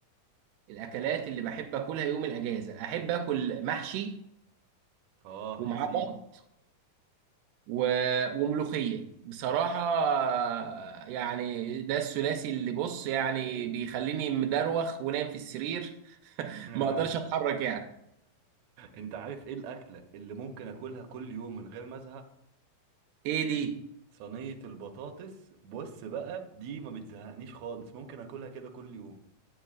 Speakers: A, on the right; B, on the right.
A: الاكلات اللي بحب اكلها يوم الاجازه احب اكل محشي
B: اه
A: ومعاه
B: يا سيدي
A: بط و... وملوخيه بصراحه آه، يعني ده الثلاثي اللي بص يعني بيخليني مدروخ ونايم في السرير
B: <laughs>
A: ما اقدرش اتحرك يعني
B: انت عارف ايه الاكلة اللي ممكن اكلها كل يوم من غير ما ازهق
A: ايه دي
B: صينية البطاطس بص بقى دي ما بتزهقنيش خالص ممكن اكلها كده كل يوم